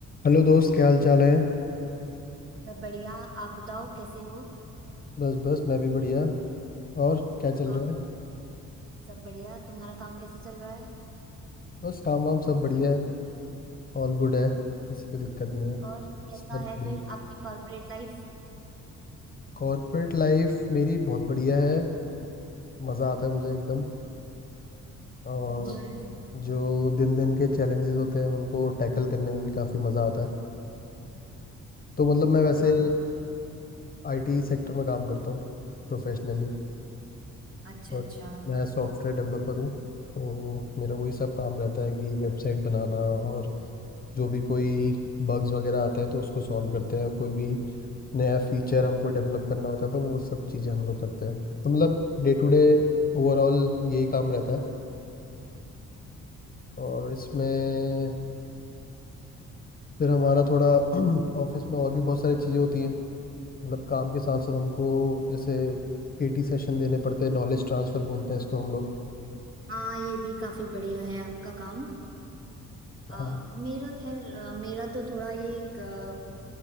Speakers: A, on the left; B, on the right.
A: Hello दोस्त क्या हाल चाल है
B: सब बढ़िया आप बताओ कैसे हो
A: बस बस मैं भी बढ़िया और क्या चल
B: और
A: रहा है
B: सब बढ़िया तुम्हारा काम कैसे चल रहा है
A: बस काम वाम सब बढ़िया है ऑल गुड है किसी को दिक्कत नहीं है
B: और कैसा
A: सब बढ़िया
B: है फिर आपकी कॉर्पोरेट लाइफ
A: कॉर्पोरेट लाइफ मेरी बहुत बढ़िया है मज़ा आता है मुझे एकदम और
B: अच्छा Yes.
A: जो दिन दिन के चैलेंजेस होते हैं उनको टैकल करने में भी काफ़ी मज़ा आता है तो मतलब मैं वैसे
B: हाँ
A: आईटी सेक्टर में काम करता हूँ प्रोफेशनली
B: अच्छा
A: और
B: अच्छा
A: मैं सॉफ्टवेयर डेवलपर हूँ तो मेरा वही सब काम रहता है कि वेबसाइट बनाना और जो भी कोई बग्स वगैरह आते हैं तो उसको सॉल्व करते हैं और कोई भी नया फीचर हमको डेवलप करना होता है तो वो सब चीज़ें हम लोग करते हैं तो मतलब डे टू डे ओवरऑल यही काम रहता है और इसमें फिर हमारा थोड़ा <clears throat> ऑफिस में और भी बहुत सारी चीज़ें होती हैं मतलब काम के साथ साथ हमको जैसे केटी सेशन देने पड़ते हैं नॉलेज ट्रांसफर बोलते हैं इसको हम लोग
B: हाँ ये भी काफी बढ़िया है आपका काम आ,
A: हाँ।
B: मेरा खैर अ, मेरा तो थोड़ा ये एक, अ,